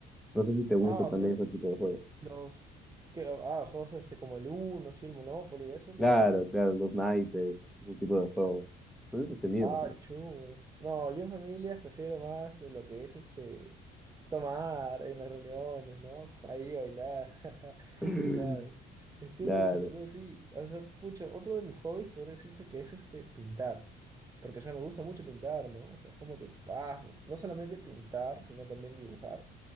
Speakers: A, in the centre; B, on the right.
A: No sé si te gusta
B: Ah,
A: también
B: o sea,
A: ese tipo de juegos.
B: los... que Ah, juegos este, como el Uno, sí, el Monopoly, ¿a eso te
A: Claro,
B: refieres?
A: claro, los naipes, ese tipo de juegos. Son entretenidos,
B: Ah,
A: ¿no?
B: chumos. No, yo en familias prefiero más lo que es este tomar en las reuniones, ¿no? Ahí bailar, <laughs>
A: <clears throat> <laughs>
B: tú sabes. Escúchame,
A: Claro,
B: no, sí. O sea, pucha, otro de mis hobbies podría decirse que es este pintar. Porque, o sea, me gusta mucho pintar, ¿no? O sea, es como que pasa. No solamente pintar, sino también dibujar.